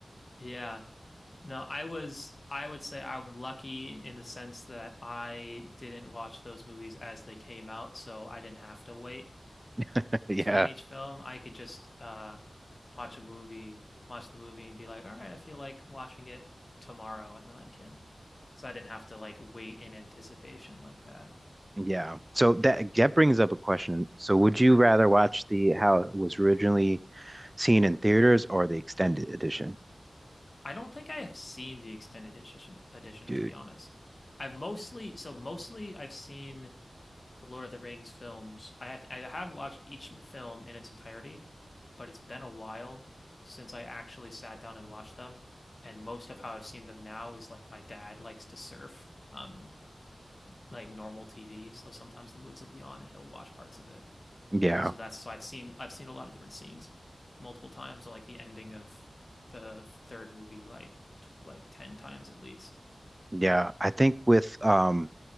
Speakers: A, on the left; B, on the right.
A: Yeah. No, I was I would say I'm lucky in the sense that I didn't watch those movies as they came out, so I didn't have to wait
B: <laughs>
A: between
B: yeah.
A: each film, I could just uh, watch a movie, watch the movie, and be like, all right, I feel like watching it tomorrow, and then I can. So I didn't have to like wait in anticipation like that.
B: Yeah. So that that brings up a question. So would you rather watch the how it was originally seen in theaters or the extended edition?
A: I don't think I have seen the extended edition, edition
B: Dude.
A: to be honest. I've mostly, so mostly I've seen the Lord of the Rings films. I have, I have watched each film in its entirety, but it's been a while since I actually sat down and watched them and most of how I've seen them now is like my dad likes to surf. Um, like normal TV, so sometimes the movies will be on and he'll watch parts of it.
B: Yeah.
A: So that's so I've seen I've seen a lot of different scenes multiple times, like the ending of the third movie, like t like 10 times at least.
B: Yeah. I think with um